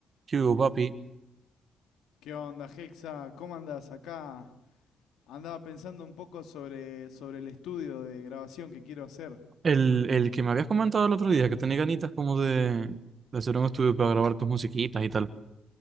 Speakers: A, on the right; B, on the left.
A: ¿Qué hubo, papi?
B: ¿Qué onda, Hexa? ¿Cómo andás acá? Andaba pensando un poco sobre, sobre el estudio de grabación que quiero hacer.
A: El, el que me habías comentado el otro día, que tenés ganitas como de, de hacer un estudio para grabar tus musiquitas y tal.